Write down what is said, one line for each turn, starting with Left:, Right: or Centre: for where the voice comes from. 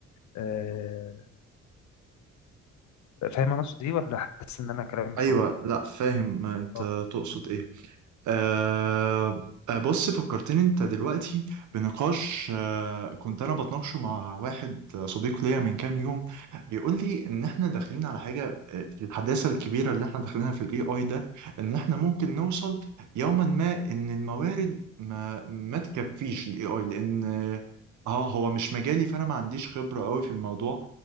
Left: آه، فاهم انا اقصد ايه ولا حاسس ان انا كلامي مش
Right: ايوه
Left: واضح
Right: لا فاهم ما انت
Left: اه
Right: تقصد
Left: م-
Right: ايه أه
Left: م.
Right: آه، بص فكرتني انت دلوقتي بنقاش أه كنت انا بتناقشه مع واحد صديق ليا من كام يوم بيقول لي ان احنا داخلين على حاجه آه، الحداثه الكبيره اللي احنا داخلينها في الاي اي ده ان احنا ممكن نوصل يوما ما ان الموارد ما ما تكفيش الاي اي لان اه آه، هو مش مجالي فانا ما عنديش خبره قوي في الموضوع